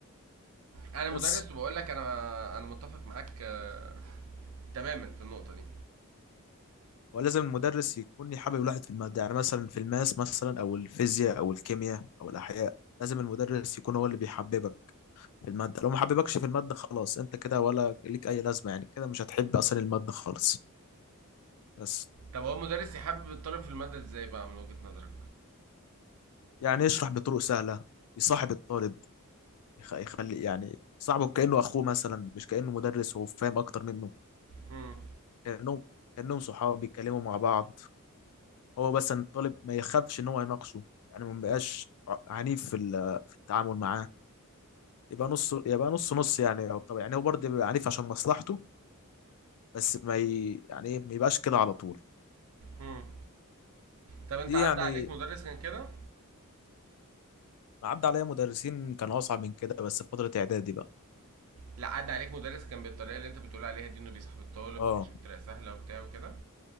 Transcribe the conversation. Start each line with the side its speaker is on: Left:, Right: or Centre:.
Right: انا مدرس
Left: بس
Right: وبقول لك انا انا متفق معاك آه، تماما في النقطة دي
Left: ولازم المدرس يكون حابب الواحد في الماده يعني مثلا في الماس مثلا او الفيزياء او الكيمياء او الاحياء لازم المدرس يكون هو اللي بيحببك في الماده لو ما حببكش في الماده خلاص انت كده ولا ليك اي لازمه يعني كده مش هتحب اصلا الماده خالص بس
Right: طب هو المدرس يحبب الطالب في المادة ازاي بقى من وجهة نظرك؟
Left: يعني يشرح بطرق سهله يصاحب الطالب يخ- يخلي يعني صاحبه كأنه أخوه مثلا مش كأنه مدرس هو فاهم أكتر منه
Right: امم
Left: كأنهم كأنهم صحاب بيتكلموا مع بعض هو بس إن الطالب ما يخافش إن هو يناقشه يعني ما بقاش ع- عنيف في ال- في التعامل معاه يبقى نص يبقى نص نص يعني طبعا يعني هو برضه بيبقى عنيف عشان مصلحته بس ما ي... يعني إيه، ما يبقاش كده على طول
Right: امم طب انت
Left: دي
Right: عدى
Left: يعني
Right: عليك مدرس كان كده؟
Left: عدى عليا مدرسين كانوا أصعب من كده بس في فترة إعدادي بقى
Right: لا عدى عليك مدرس كان بالطريقة اللي انت بتقول عليها دي انه بيصاحب الطالب
Left: اه
Right: ومش بطريقة سهلة وبتاع وكده